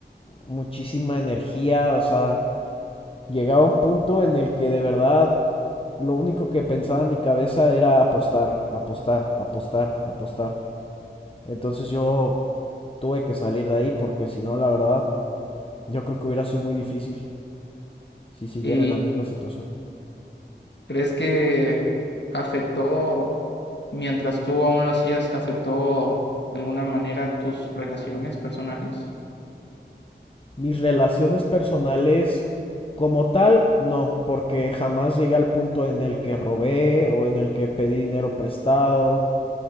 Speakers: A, on the left; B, on the left.
A: muchísima energía, o sea, llegaba un punto en el que de verdad lo único que pensaba en mi cabeza era apostar, apostar, apostar, apostar. Entonces yo tuve que salir de ahí porque si no, la verdad, yo creo que hubiera sido muy difícil si siguiera
B: ¿Y
A: en la misma situación.
B: crees que afectó, mientras tú aún lo hacías, afectó de alguna manera tus relaciones personales?
A: Mis relaciones personales como tal, no, porque jamás llegué al punto en el que robé o en el que pedí dinero prestado,